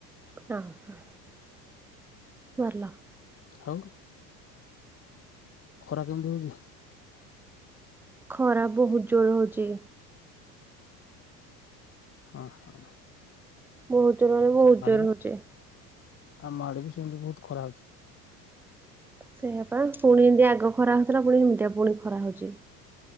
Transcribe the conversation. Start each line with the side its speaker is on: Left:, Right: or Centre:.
Centre: ହଁ <unintelligible> ଭଲ।
Left: ଆଉ ଖରା କେମିତି ହଉଚି?
Centre: ଖରା ବହୁତ୍ ଜୋର ହଉଚି।
Left: ହଁ ହଁ।
Centre: ବହୁତ୍ ଜୋର ମାନେ ବହୁତ୍ ଜୋର
Left: ବି
Centre: ହଉଚି।
Left: ଆମ ଆଡେ ବି ସେମିତି ବହୁତ୍ ଖରା ହଉଚି।
Centre: ସେଇଆାପା ପୁଣି ଏମ୍ ଦୀ ଆଗ ଖରା ହଉଥିଲା ପୁଣି ଏମିତିଆ ପୁଣି ଖରା ହଉଚି।